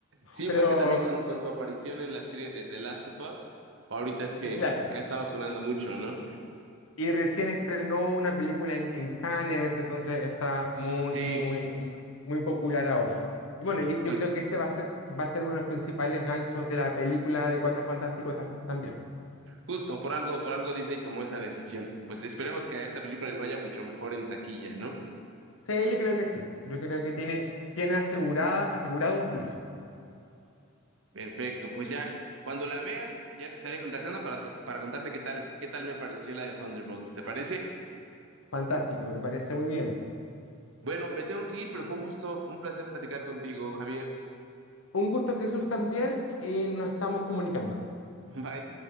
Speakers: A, on the right; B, on the left.
A: Sí,
B: Pero,
A: pues que también con, con su aparición en la serie de The Last of Us, ahorita es que
B: eh, claro.
A: ha estado sonando mucho, ¿no?
B: Y recién estrenó una película en, en Cannes, entonces está muy,
A: Sí,
B: muy, muy, muy popular ahora. Y bueno, y yo
A: pues
B: creo que ese va a ser, va a ser uno de los principales ganchos de la película de Cuatro Fantásticos tam- también.
A: justo por algo, por algo Disney tomó esa decisión. Pues esperemos que a esa película le vaya mucho mejor en taquilla, ¿no?
B: Sí, yo creo que sí. Yo creo que tiene, tiene asegurada, asegurado un piso.
A: Perfecto, pues ya, cuando la vea, ya te estaré contactando para, to- para contarte qué tal, qué tal me pareció la de Thunderbolts, ¿te parece?
B: Fantástico, me parece muy bien.
A: Bueno, me tengo que ir, pero fue un gusto, un placer platicar contigo, Javier.
B: Un gusto, Jesús, también, y nos estamos comunicando.
A: <laughs> Bye.